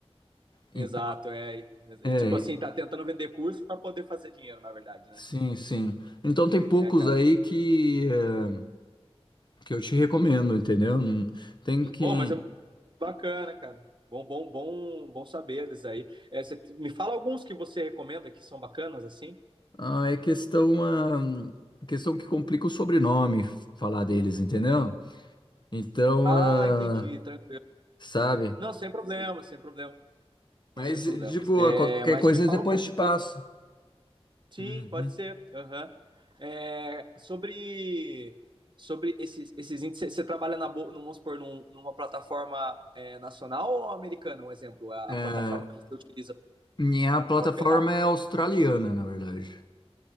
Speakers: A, on the left (about 45°); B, on the right (about 45°).
A: Então,
B: Exato, é.
A: é,
B: E, tipo assim, tá tentando vender curso para poder fazer dinheiro, na verdade,
A: sim,
B: né?
A: sim. Então tem poucos
B: É, cara.
A: aí que, eh, que eu te recomendo, entendeu? Hum, Tem que.
B: Bom, mas é Bacana, cara. Bom, bom, bom, bom saber disso aí. É, você t- me fala alguns que você recomenda que são bacanas assim?
A: Ah, é questão, ah, questão que complica o sobrenome falar deles, entendeu? Então,
B: Ah,
A: ah,
B: entendi. Tranquilo.
A: sabe?
B: Não, sem problemas, sem problemas,
A: Mas
B: sem problemas.
A: de boa,
B: É,
A: qualquer
B: mas
A: coisa
B: me fala
A: depois
B: um, po-
A: te
B: um
A: passo.
B: pouco. Sim,
A: Uhum.
B: pode ser. Aham. É, sobre sobre esses, esses índices, você trabalha na, bol- num- vamos supor, num- numa plataforma é, nacional ou americana, um exemplo? A,
A: É,
B: a plataforma que você utiliza
A: minha plataforma
B: para operar?
A: é australiana, na verdade.